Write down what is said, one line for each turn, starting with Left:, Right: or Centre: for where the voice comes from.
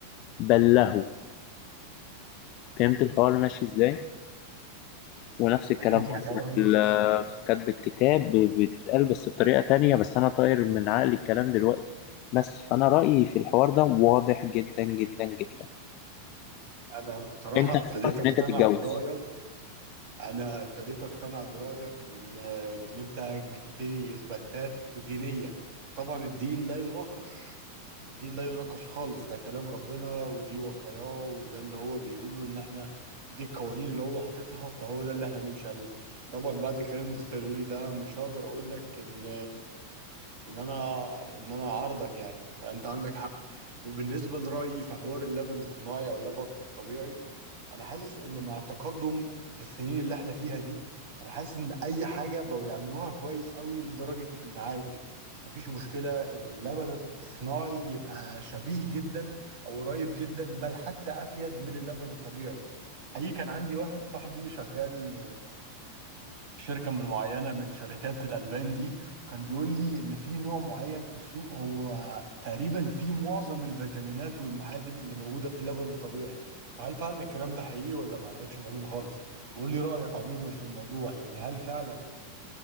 Left: بل له فهمت الحوار ماشي ازاي ونفس الكلام
Right: فهمت الحوار
Left: برضه
Right: مش
Left: في ال-
Right: ازاي
Left: في كتب الكتاب ب- بتتقال بس بطريقة تانية بس أنا طاير من عقلي الكلام دلوقتي بس فأنا رأيي في الحوار ده واضح جدا جدا جدا
Right: انا بصراحه
Left: أنت
Right: ابتديت
Left: فكرت
Right: اقتنع
Left: إن أنت تتجوز
Right: برايك انا ابتديت اقتنع برايك لان لان انت جبت لي اثباتات دينيه وطبعا الدين لا يناقش الدين لا يناقش خالص ده كلام ربنا ودي وصاياه وده اللي هو بيقوله ان احنا دي القوانين اللي هو حاططها فهو ده اللي احنا نمشي عليه طبعا بعد الكلام اللي انت سأله لي ده مش هقدر اقول لك ان ان انا ان انا عارضك يعني فانت عندك حق وبالنسبه لرايي في حوار اللبن الصناعي او اللبن الطبيعي انا حاسس ان مع التقدم في السنين اللي احنا فيها دي انا حاسس ان اي حاجه بقوا يعملوها كويس قوي لدرجه ان عادي مفيش مشكله ان اللبن الصناعي يبقى شبيه جدا او قريب جدا بل حتى افيد من اللبن الطبيعي حقيقي كان عندي واحد صاحبي شغال في شركة من معينة من شركات الألبان دي كان بيقول لي إن في نوع معين في السوق هو تقريبا فيه معظم الفيتامينات والمعادن اللي موجودة في اللبن الطبيعي فهل فعلا الكلام ده حقيقي ولا ما عندكش معلومة خالص؟ وقول لي رأيك عموما في الموضوع يعني هل فعلا